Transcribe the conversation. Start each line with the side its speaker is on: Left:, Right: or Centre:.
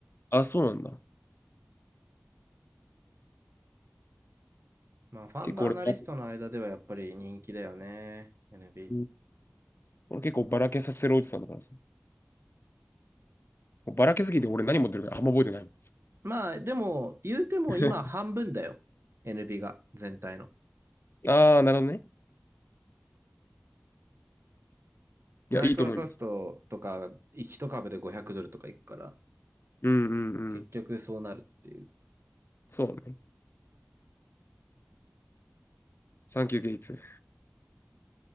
Left: あ、そうなんだ。
Right: まあ、ファンドアナリストの間ではやっぱり人気だよね。
Left: 結構俺、あ
Right: NB。
Left: うん俺結構ばらけさせるおじさんだからさ。もうばらけすぎて俺何持ってるかあんま覚えてない。
Right: まあ、でも、言うても今半分だよ。
Left: <laughs>
Right: NB が、全体の。
Left: ああ、なるほどね。いや、
Right: マイクロソフトとか、
Left: いいと思います。
Right: 一株で500ドルとかいくから、
Left: うんうんうん。
Right: 結局そうなるっていう。
Left: そうね。サンキューゲイツ。